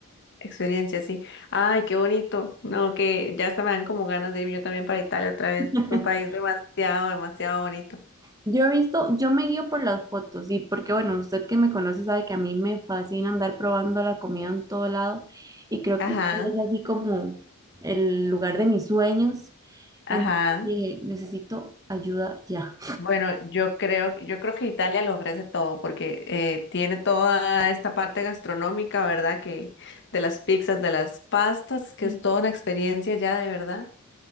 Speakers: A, on the left; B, on the right.
A: experiencia, sí. Ay, qué bonito. No, que ya hasta me dan como ganas de irme yo también para Italia otra vez.
B: <laughs>
A: Un país demasiado, demasiado bonito.
B: Yo he visto, yo me guío por las fotos y porque, bueno, usted que me conoce sabe que a mí me fascina andar probando la comida en todo lado y creo
A: Ajá,
B: que Italia es así como el lugar de mis sueños.
A: ajá.
B: Entonces dije, necesito ayuda ya.
A: Bueno, yo creo, yo creo que Italia lo ofrece todo porque eh, tiene toda esta parte gastronómica, ¿verdad? Que de las pizzas, de las pastas, que
B: Sí.
A: es toda una experiencia ya de verdad.